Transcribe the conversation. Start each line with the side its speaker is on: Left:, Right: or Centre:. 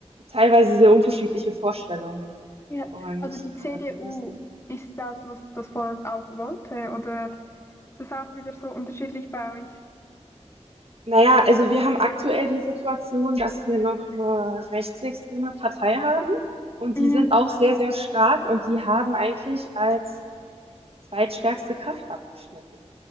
Right: teilweise sehr unterschiedliche Vorstellungen.
Left: ja.
Right: Und,
Left: Also die CDU
Right: äh, die müssen
Left: ist das, was das Volk auch wollte, oder ist es auch wieder so unterschiedlich bei euch?
Right: Naja, also wir haben aktuell die Situation, dass wir noch eine rechtsextreme Partei haben und
Left: Mhm.
Right: die sind auch sehr, sehr stark und die haben eigentlich als zweitstärkste Kraft abgeschnitten.